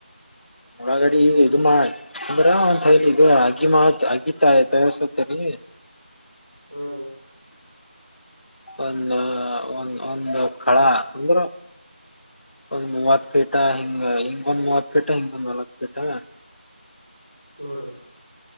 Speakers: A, on the left (about 75°); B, on the left (about 35°).
A: ಒಳಗಡಿ ಇದು ಮಾ ಅಂದ್ರ ಒಲಿ ಇದು ಅಗ್ಗಿ ಮಾತ್ ಅಗಿ ಚಾಯ ತಯಸುತ್ತರಿ
B: ಹ್ಮ ರೀ
A: ಒಂದು ಒ ಒಂದು ಕಳ ಅಂದ್ರ ಒಂದ್ ಮೂವತ್ ಫೀಟ ಹಿಂಗ ಹಿಂಗೊಂದ್ ಮೂವತ್ಫೀಟಾ ಹಿಂಗೊಂದ್ ನವತ್ ಪೀಟಾ
B: ಹ್ಮ್ಮ್ ರಿ